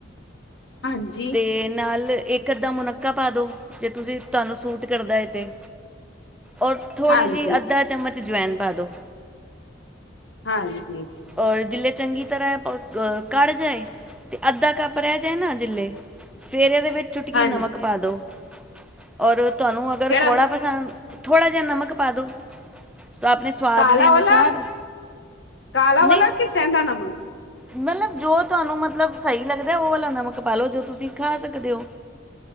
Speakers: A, on the left; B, in the centre.
A: ਹਾਂਜੀ।
B: ਤੇ ਨਾਲ ਇੱਕ -ਅੱਧਾ ਮੁਨਕਾਾ ਪਾ ਦੋ ਜੇ ਤੁਸੀਂ ਤੁਹਾਨੂੰ ਸੂਟ ਕਰਦਾ ਹੈ ਤੇ। ਔਰ ਥੋੜ੍ਹੀ
A: ਹਾਂਜੀ
B: ਜਿਹੀ ਅੱਧਾ ਚਮਚ ਜਵਾੈਨ ਪਾ ਦੋ।
A: ਹਾਂ ਜੀ।
B: ਔਰ ਜੇ ਚੰਗੀ ਤਰ੍ਹਾਂ ਕੜ ਜਾਏ, ਅਤੇ ਅੱਧਾ ਕੱਪ ਰਹਿ ਜਾਏ ਨਾ ਜੇ ਫੇਰ ਇਹਦੇ ਵਿੱਚ ਚੁਟਕੀ
A: ਹਾਂਜੀ
B: ਨਮਕ ਪਾ ਦਿਉ। ਔਰ ਤੁਹਾਨੂੰ ਅਗਰ
A: ਕਿਹੜਾ
B: ਕੌੜਾ ਪਸੰਦ ਥੋੜ੍ਹਾ ਜਿਹਾ ਨਮਕ ਪਾ ਦਿਉ। ਆਪਣੇ ਸਵਾਦ
A: ਕਾਲਾ
B: ਦੇ ਅਨੁਸਾਰ।
A: ਵਾਲਾ ਕਾਲਾ
B: ਨਹੀਂ
A: ਵਾਲਾ ਕਿ ਸੈਂਦਾ ਨਮਕ।
B: ਮਤਲਬ ਜੋ ਤੁਹਾਨੂੰ ਮਤਲਬ ਸਹੀ ਲੱਗਦਾ ਉਹ ਵਾਲਾ ਨਮਕ ਪਾ ਲਓ ਜੋ ਤੁਸੀਂ ਖਾ ਸਕਦੇ ਹੋ।